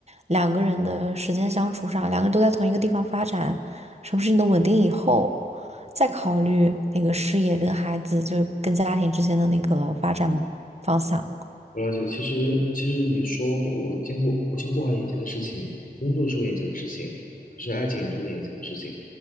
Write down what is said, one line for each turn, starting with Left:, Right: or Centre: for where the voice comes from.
Right: 两个人的时间相处上，两个人都在同一个地方发展，什么事情都稳定以后，再考虑那个事业跟孩子，就跟家庭之间的那个发展方向。
Left: 我了解，其实其实你说我兼顾，我先过好眼前的事情，工作是我眼前的事情，可是爱情也是我眼前的事情。